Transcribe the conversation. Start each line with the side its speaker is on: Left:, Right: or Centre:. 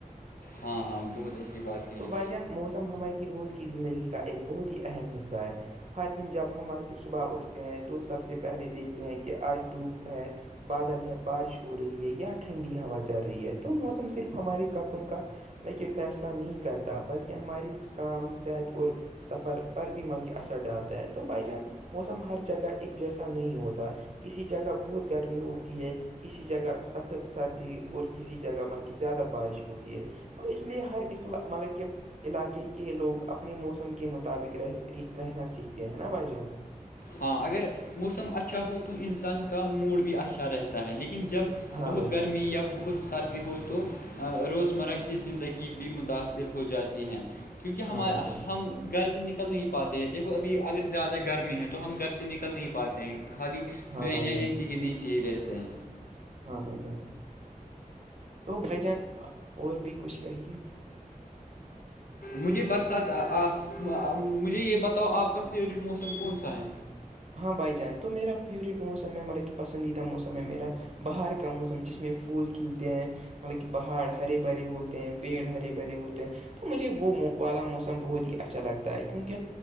Left: ہاں ہاں بہت اچھی بات یہ
Right: تو
Left: ہے
Right: بائی جان موسم ہماری روز کی زندگی کا ایک بہت ہی اہم حصہ ہے ہر دن جب ہم مل کے صبح اٹھتے ہیں تو سب سے پہلے دیکھتے ہیں کہ آج ڈوب ہے بادل ہے بارش ہو رہی ہے یا ٹھنڈی ہوا چل رہی ہے تو موسم صرف ہمارے کپڑوں کا بک فیصلہ نہیں کرتا بلکہ ہماری کام صحت اور سفر پر بھی مطلب اثر ڈالتا ہے تو بھائی جان موسم ہر جگہ ایک جیسا نہیں ہوتا کسی جگہ بہت گرمی ہوتی ہے کسی جگہ سخت سردی اور کسی جگہ ملک زیادہ بارش ہوتی ہے تو اس لیے ہر اخلا مطلب کہ علاقے کے لوگ اپنے موسم کے مطابق رہ رہنا سیکھتے ہیں نا بھائی جان
Left: ہاں اگر موسم اچھا ہو تو انسان کا موڈ بھی اچھا رہتا ہے لیکن جب
Right: ہاں
Left: بہت
Right: بھائی جان
Left: گرمی یا بہت سردی ہو تو روزمرہ کی زندگی بھی متاثر ہو جاتی ہے کیونکہ ہم
Right: ہاں بھائی جان
Left: ہم گھر سے نکل نہیں پاتے ہیں دیکھو ابھی اگر زیادہ گرمی ہے تو تو ہم گھر سے نکل نہیں پاتے ہیں خالی
Right: ہاں
Left: فین
Right: بھائی
Left: یا
Right: جان
Left: اے سی کے نہیں چاہیے رہتے ہیں
Right: ہاں بھ جان تو بھائی جان اور بھی کچھ کہیے
Left: مجھے برسات مجھے یہ بتاؤ آپ کا فیوریٹ موسم کون سا ہے
Right: ہاں بھائی جان تو میرا فیوریٹ موسم ہے مطلب کہ پسندیدہ موسم ہے میرا باہر کا موسم جس میں پھول کھلتے ہیں مطلب کہ پہاڑ ہرے بھرے ہوتے ہیں پیڑ ہرے بھرے ہوتے ہیں تو مجھے وہ والا موسم بہت ہی اچھا لگتا ہے کیونکہ